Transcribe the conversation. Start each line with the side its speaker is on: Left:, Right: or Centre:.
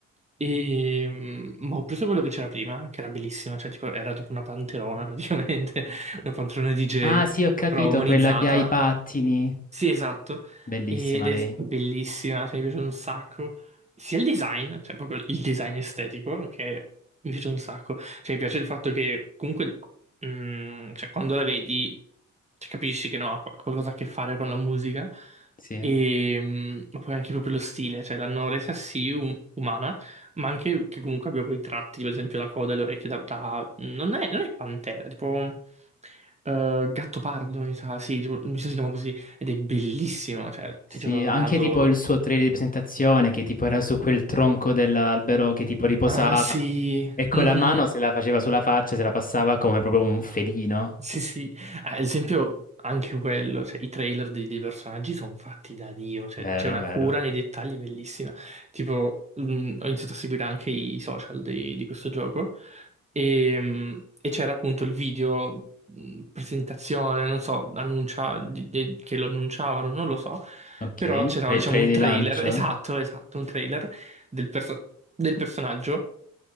Right: E, mm, ma ho preso quello che c'era prima, che era bellissima. Cioè, tipo, era tipo una panterona, praticamente. <laughs> Una panterona DJ,
Left: Ah sì, ho capito,
Right: però umanizzata.
Left: quella che ha i pattini.
Right: Sì, esatto.
Left: Bellissima
Right: Ed è
Left: lei.
Right: bellissima, cioè mi piace un sacco. Sia il design, cioè proprio il design estetico, che mi piace un sacco. Cioè mi piace il fatto che comunque, mm, cioè, quando la vedi, cioè, capisci che no, ha qualcosa a che fare con la musica.
Left: Sì.
Right: E mm, ma poi anche proprio lo stile, cioè l'hanno resa sì um- umana, ma anche che comunque abbia quei tratti, tipo, ad esempio la coda e le orecchie da... da- non è, non è pantera, tipo... eh, gatto pardo, mi sa, sì, tipo, mi sa si chiama così. Ed è bellissimo, cioè,
Left: Sì,
Right: ti giuro, la
Left: anche
Right: adoro.
Left: tipo il suo trailer di presentazione che tipo era su quel tronco dell'albero che tipo riposava
Right: Ah, sì.
Left: e con
Right: Mhm.
Left: la mano se la faceva sulla faccia, se la passava come proprio un felino.
Right: Sì, sì. Ah, Ad esempio, anche quello, cioè, i trailer dei, dei personaggi sono fatti da Dio, cioè,
Left: Vero,
Right: c'è una
Left: vero.
Right: cura nei dettagli bellissima. Tipo, mh, ho iniziato a seguire anche i social di, di questo gioco e, mh, e c'era appunto il video, mh, presentazione, non so, annuncia, di- di- che lo annunciavano, non lo so,
Left: Ok,
Right: però c'era
Left: Tra-
Right: diciamo
Left: trailer
Right: un
Left: di
Right: trailer,
Left: lancio,
Right: esatto,
Left: la
Right: esatto, un trailer del perso- del personaggio